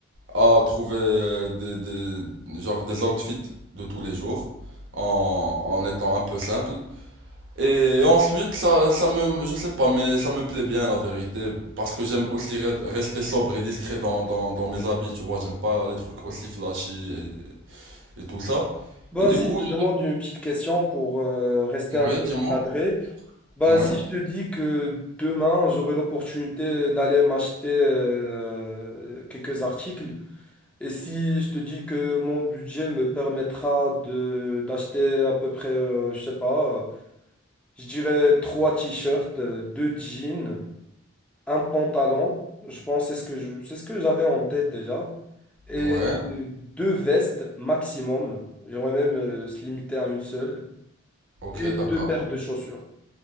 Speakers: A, on the right (about 60°); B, in the centre.
A: à trouver euh, des, des- genre des outfits de tous les jours en, en étant un peu simple. Et ensuite, ça, ça me, je sais pas, mais ça me plaît bien la vérité parce que j'aime aussi re- rester sobre et discret dans, dans, dans mes habits, tu vois. J'aime pas les trucs aussi flashy et, et tout ça.
B: Vas-y,
A: Et du coup,
B: je te
A: Je
B: demande une petite question pour euh, rester
A: oui,
B: un peu
A: dis-moi.
B: cadré. Bah,
A: Ouais,
B: si je te dis que demain, j'aurai l'opportunité d'aller m'acheter euh, quelques articles, et si je te dis que mon budget me permettra de d'acheter à peu près, euh, je sais pas, euh, je dirais trois t-shirts, euh, deux jeans, un pantalon, je pense que c'est ce que je, c'est ce que j'avais en tête déjà, et
A: ouais,
B: deux vestes maximum, j'aimerais même euh, se limiter à une seule,
A: ok,
B: et
A: d'accord.
B: deux paires de chaussures.